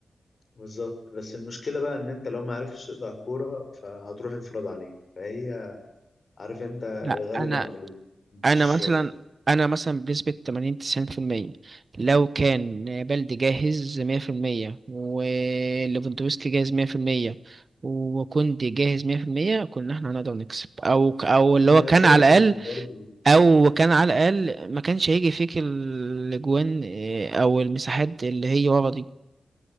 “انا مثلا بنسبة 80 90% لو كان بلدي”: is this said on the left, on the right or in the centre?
Right